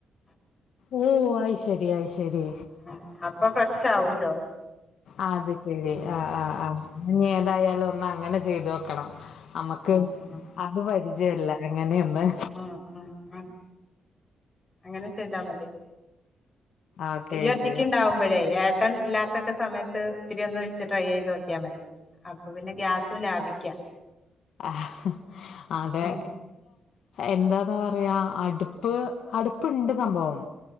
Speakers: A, on the left (about 75°); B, on the left (about 25°).
A: ഓ ആയി ശരി ആയി ശരി
B: ഉ അപ്പൊ ഫ്രഷ ആവും ചോറ്
A: അത് ശെരി ആ ആ ആ ഇനി ഏതായാലും ഒന്ന് അങ്ങനെ ചെയ്തു നോക്കണം നമക്ക്
B: ഉം ഉം
A: അത് പരിചയല്ല
B: ഉം
A: എങ്ങനെയൊന്ന്
B: ഉം ഉം ഉം അങ്ങനെ ചെയ്താ മതി
A: ഓക്കെ
B: ഇയ്യ് ഒറ്റക്ക്ണ്ടാവുമ്പോഴേ
A: ചേച്ചി
B: ഏട്ടൻ ഇല്ലാ ത്തസമയത്ത് ഒത്തിരി ഒന്ന് വെച്ച് ട്രൈ ചെയ്ത് നോക്കിയാൽ മതി അപ്പൊ പിന്നെ ഗ്യാസും ലാഭിക്കാ
A: ആ അതെ
B: ഉം
A: എന്താന്ന പറയാ അടുപ്പ് അടുപ്പ് ഇണ്ട് സംഭവം